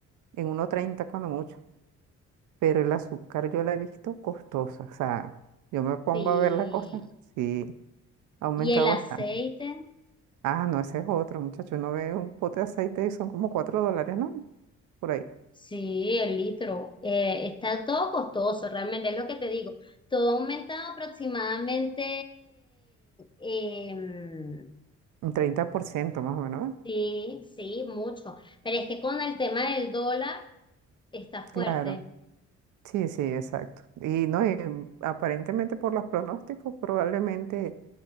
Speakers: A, on the right; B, on the left.
A: en uno treinta cuando mucho. Pero el azúcar yo la he visto costosa. O sea, yo me pongo
B: Sí.
A: a ver la cosa, sí, ha aumentado
B: Y el aceite.
A: bastante. Ah, no, ese es otro, muchacho. Uno ve un pote de aceite y son como 4 dólares, ¿no? Por ahí.
B: Sí, el litro. Eh, está todo costoso, realmente es lo que te digo. Todo ha aumentado aproximadamente, em,
A: Un 30% más o menos, ¿eh?
B: sí, sí, mucho. Pero es que con el tema del dólar está fuerte.
A: Claro. Sí, sí, exacto. Y no, y mm, aparentemente por los pronósticos probablemente